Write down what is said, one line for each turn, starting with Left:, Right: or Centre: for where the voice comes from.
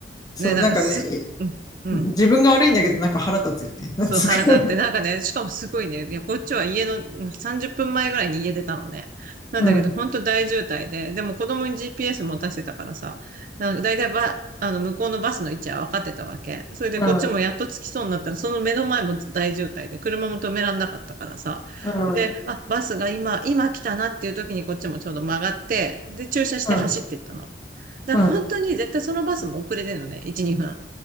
Left: そう、
Right: ね、なんかす、
Left: なんかね、
Right: うん、うん。
Left: 自分が悪いんだけどなんか腹立つよね。なんつうか。
Right: そう、腹立って。なんかね、しかもすごいね、いや、こっちは家のうん30分前ぐらいに家出たのね。なんだけど、
Left: うん、
Right: ほんと大渋滞で、でも子供に GPS 持たせてたからさ、なんか大体ば、あの、向こうのバスの位置は分かってたわけ。それでこっちもやっと着きそうになったら、
Left: うん、
Right: その目の前も大渋滞で、車も止めらんなかったからさ。
Left: うん、
Right: で、あ、バスが今、今来たなっていう時にこっちもちょうど曲がって、で、駐車して走っていったの。
Left: うん、
Right: だから本当に絶対そのバスも遅れてるのね、
Left: うん、
Right: 1、2分。